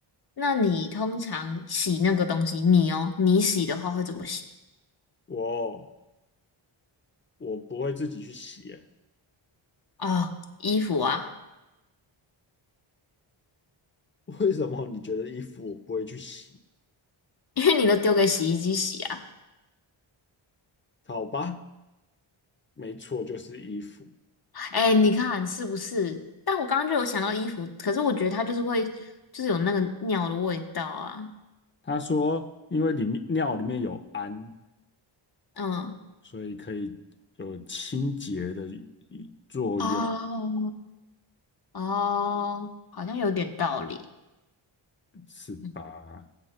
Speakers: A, on the left (about 50°); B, on the left (about 25°).
A: 那你通常洗那个东西，你哦，你洗的话会怎么洗？
B: 我我不会自己去洗欸
A: 哦，衣服啊，
B: <laughs> 为什么你觉得衣服我不会去洗？
A: <laughs> 因为你都丢给洗衣机洗啊。
B: 好吧，没错，就是衣服。
A: 哎，你看是不是？但我刚刚就有想到衣服，可是我觉得它就是会，就是有那个尿的味道啊。
B: 他说，因为里面尿里面有氨，
A: 嗯，
B: 所以可以有清洁的作用，
A: 哦哦，好像有点道理。
B: 是吧？
A: 嗯，